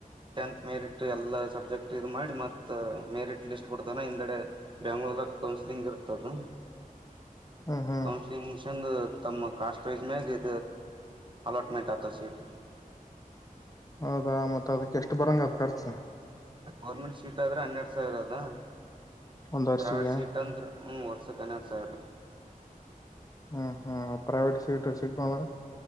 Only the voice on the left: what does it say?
ಹ್ಮ್ ಹ್ಮ್
ಹೌದಾ ಮತ್ ಅದಕ್ಕೆ ಎಷ್ಟು ಬರಂಗ ಅದ ಖರ್ಚು.
ಒಂದ್ ವರ್ಷಿಗೆ
ಹ್ಮ್ ಹ್ಮ ಪ್ರೈವೇಟ್ ಸೀಟ್ರ ಸಿಗ್ತು ಅಂದ್ರ